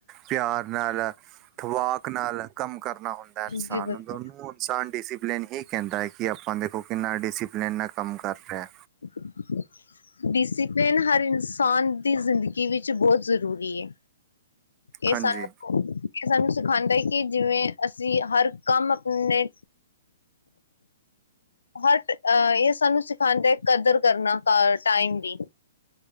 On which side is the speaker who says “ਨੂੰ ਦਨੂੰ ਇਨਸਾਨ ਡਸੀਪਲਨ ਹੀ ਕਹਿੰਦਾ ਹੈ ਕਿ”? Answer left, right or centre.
Right